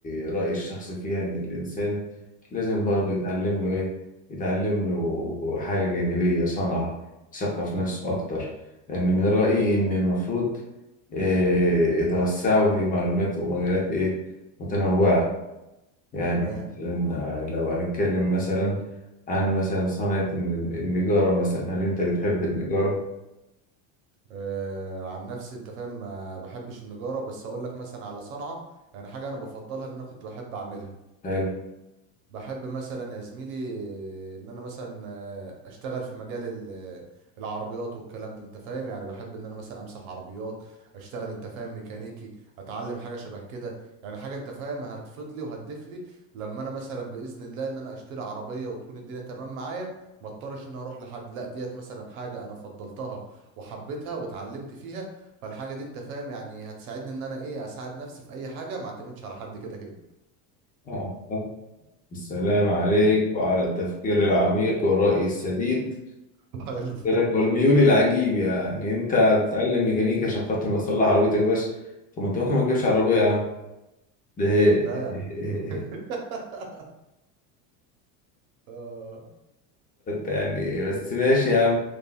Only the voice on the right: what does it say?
مم.
مم.
مم.
تمام
آه عن نفسي انت فاهم ما بحبش النجاره بس اقول لك مثلا على صنعه يعني حاجه انا بفضلها ان انا كنت بحب اعملها
بحب مثلا يا زميلي آه، ان انا مثلا آه، اشتغل في مجال ال- آه، العربيات والكلام ده انت فاهم يعني بحب ان انا مثلا امسح عربيات اشتغل انت فاهم ميكانيكي اتعلم حاجه شبه كده يعني حاجه انت فاهم هتفيد لي وهتضيف لي لما انا مثلا باذن الله ان انا اشتري عربيه وتكون الدنيا تمام معايا ما اضطرش ان أنا اروح لحد لا ديت مثلا حاجه انا فضلتها وحبيتها واتعلمت فيها فالحاجه دي انت فاهم يعني هتساعدني ان انا ايه اساعد نفسي في اي حاجه ما اعتمدش على حد كده كده
<laughs> حلو.
لا <laughs> آه.